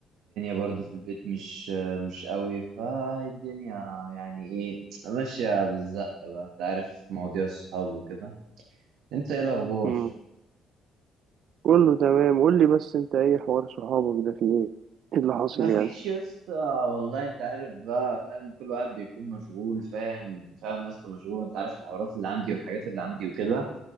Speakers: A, on the right; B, on the right.
A: برضه في البيت مش مش قوي فالدنيا يعني ايه ماشيه بالزقه بقى انت عارف مواضيع الصحاب وكده انت ايه الاخبار
B: مم. كله تمام قول لي بس انت ايه حوار صحابك ده في ايه ايه اللي حاصل
A: ما فيش
B: يعني
A: يا اسطى والله انت عارف بقى فاهم كل واحد بيكون مشغول فاهم فاهم ناس مشغول انت عارف الحوارات اللي عندي والحاجات اللي عندي وكده